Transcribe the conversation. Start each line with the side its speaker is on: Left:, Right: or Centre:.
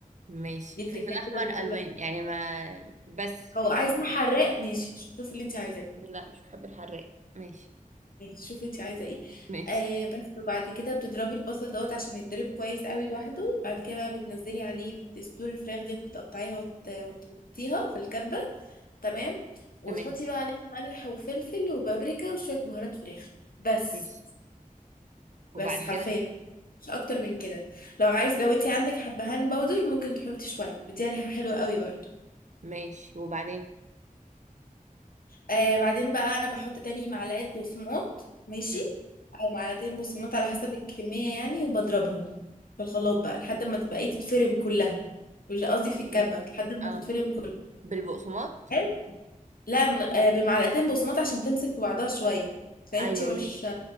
Right: ماشي
Left: دي تريكات
Right: فلفل احمر
Left: كده مش كل
Right: الوان
Left: الناس بتعملها.
Right: يعني ما بس
Left: هو
Right: فلفل
Left: عايزة
Right: أحمر.
Left: حراق ماشي شوف اللي انت عايزاه
Right: لا مش بحب الحراق ماشي
Left: شوفي انت عايزه ايه
Right: ماشي
Left: آه بس وبعد كده بتضربي البصل دوت عشان يتضرب كويس قوي لوحده بعد كده بقى بتنزلي عليه بتصدور الفراخ ديت بتقطعيها وت- وتحطيها في الكبه تمام وتحطي
Right: تمام
Left: بقى عليه ملح وفلفل وبابريكا وشويه بهارات فراخ بس
Right: ماشي وبعد
Left: بس حرفيا
Right: كده
Left: مش اكتر من كده لو عايز لو انت عندك حبهان باودر ممكن تحطي شويه بتدي ريحه حلوه قوي برضه
Right: ماشي وبعدين
Left: آه بعدين بقى انا بحط تاني معلقه بقسماط ماشي
Right: امم
Left: او معلقتين بقسماط على حسب الكميه يعني وبضربهم في الخلاط بقى لحد ما تبقى ايه تتفرم كلها مش قصدي في
Right: ماشي
Left: الكبه لحد ما
Right: اه
Left: تتفرم كلها
Right: بالبقسماط
Left: حلو لا م- آه بمعلقتين بقسماط عشان تمسك في بعضها شويه فانتي
Right: ايوه
Left: مش
Right: ماشي